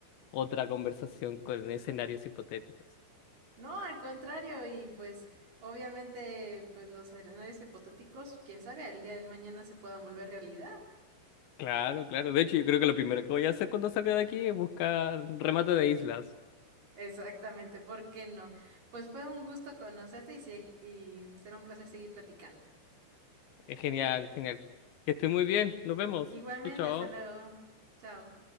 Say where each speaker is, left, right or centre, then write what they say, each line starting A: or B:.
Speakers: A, on the left (about 75°); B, on the right (about 50°).
A: otra conversación con escenarios hipotéticos.
B: No, al contrario, y pues obviamente pues los escenarios hipotéticos, quién sabe, el día de mañana se puedan volver realidad.
A: Claro, claro. De hecho, yo creo que lo primero que voy a hacer cuando salga de aquí es buscar remate de islas.
B: Exactamente, ¿por qué no? Pues fue un gusto conocerte y, segui- y será un placer seguir platicando.
A: Es genial, genial. Que esté muy bien. Nos vemos.
B: Igualmente,
A: Chao, chao.
B: hasta luego. Chao.